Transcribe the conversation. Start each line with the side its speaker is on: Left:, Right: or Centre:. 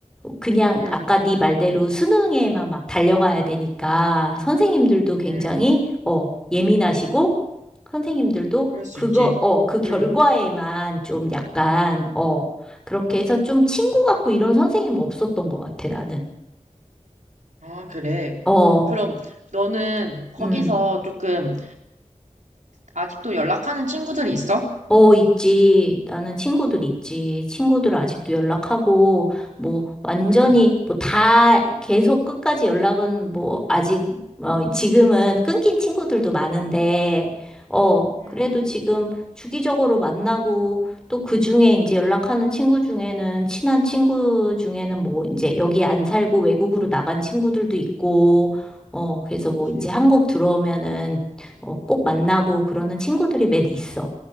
Centre: 그냥
Right: 응,
Centre: 아까 네 말대로 수능에만 막 달려가야 되니까 선생님들도 굉장히,
Right: 응.
Centre: 어, 예민하시고, 선생님들도
Right: 그럴 수
Centre: 그거,
Right: 있지.
Centre: 어, 그 결과에만
Right: 응.
Centre: 좀 약간, 어, 그렇게 해서 좀 친구 같고 이런 선생님 없었던 것 같아, 나는.
Right: 아, 그래.
Centre: 어,
Right: 그럼 너는 거기서
Centre: 음.
Right: 조금 아직도 연락하는 친구들이 있어?
Centre: 어, 있지. 나는 친구들 있지. 친구들 아직도 연락하고, 뭐, 완전히,
Right: 응.
Centre: 뭐, 다, 계속 끝까지 연락은, 뭐, 아직, 어, 지금은 끊긴 친구들도 많은데, 어,
Right: 응,
Centre: 그래도 지금 주기적으로 만나고, 또 그 중에 이제 연락하는 친구 중에는, 친한 친구 중에는 뭐, 이제 여기 안 살고 외국으로 나간 친구들도 있고, 어, 그래서
Right: 그치.
Centre: 뭐, 이제 한국 들어오면은, 어, 꼭 만나고 그러는 친구들이 몇 있어.